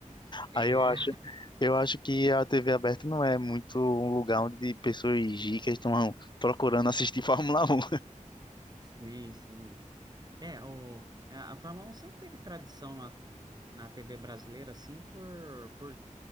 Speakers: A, on the right; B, on the left.
A: É,
B: Aí eu acho, eu acho que a TV aberta não é muito um lugar onde pessoas ricas estão procurando assistir <laughs> Fórmula Um
A: <laughs> sim, sim. É, o, a a Fórmula um sempre teve tradição na, na TV brasileira, assim, por, por